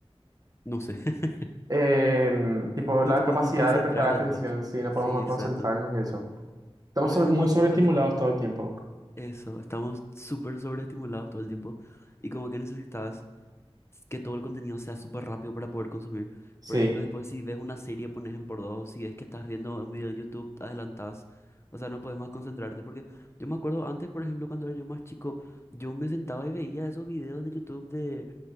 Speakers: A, on the left (about 25°); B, on the right (about 35°).
A: No sé. <laughs>
B: Em, tipo
A: No
B: la
A: te
B: capacidad
A: puedes más concentrar
B: de prestar atención,
A: después.
B: si no
A: Sí,
B: podemos
A: exacto.
B: concentrarnos y eso. Estamos
A: A
B: sobre-
A: mí me
B: muy
A: pasó
B: sobreestimulados
A: eso.
B: todo el tiempo.
A: Eso, estamos súper sobreestimulados todo el tiempo y como que necesitas que todo el contenido sea súper rápido para poder consumir.
B: Sí,
A: Por ejemplo, después si ves una serie, pones en por dos, si es que estás viendo un video en YouTube, te adelantás. O sea, no puedes más concentrarte porque yo me acuerdo antes, por ejemplo, cuando era yo más chico, yo me sentaba y veía esos videos de YouTube de